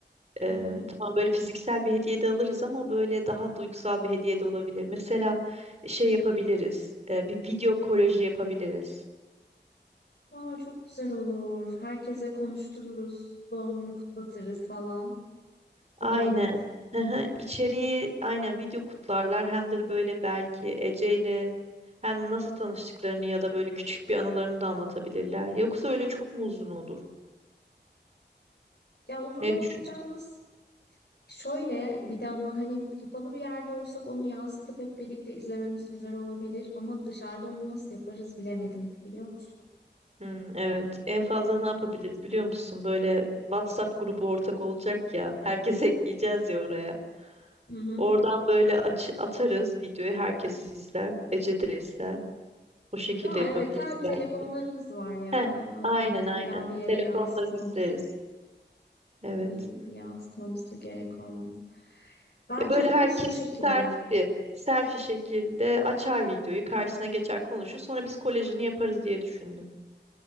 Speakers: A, on the right (about 35°); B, on the left (about 65°).
A: Ee,
B: Hı hı.
A: tamam böyle fiziksel bir hediye de alırız ama böyle daha duygusal bir hediye de olabilir. Mesela şey yapabiliriz. e, bir video kolaji yapabiliriz.
B: Aa, çok güzel olur. Herkese konuştururuz. Doğum günü kutlatırız falan.
A: Aynen.
B: O da olur.
A: Hı hı, İçeriği aynen video kutlarlar hem de böyle belki Ece ile hem nasıl tanıştıklarını ya da böyle küçük bir anılarını da anlatabilirler. Yoksa öyle çok mu uzun olur?
B: Ya uzun
A: Ne
B: olacağını
A: düşünüyorsun?
B: s- şöyle bir de ama hani kapalı bir yerde olsak onu yansıtıp hep birlikte izlememiz güzel olabilir. Ama dışarıda onu nasıl yaparız bilemedim. Biliyor musun?
A: Hmm, evet. En fazla ne yapabiliriz biliyor musun? Böyle WhatsApp grubu ortak olacak ya. Herkes <laughs> ekleyeceğiz ya oraya.
B: Hı hı.
A: Oradan böyle aç- atarız videoyu herkes izler. Ece de izler. O şekilde
B: Aa,
A: yapabiliriz
B: evet her telefonlarımız
A: belki.
B: var ya.
A: Heh,
B: Aynen.
A: aynen aynen.
B: İlla bir yere
A: Telefondan
B: yansıtmamız,
A: izleriz. Evet.
B: iyi bir yansıtmamız da gerek olmaz. Bence
A: Ya böyle
B: onu
A: herkes
B: şu şekilde.
A: selfie, selfie şekilde açar videoyu, karşısına geçer konuşur. Sonra biz kolejini yaparız diye düşündüm.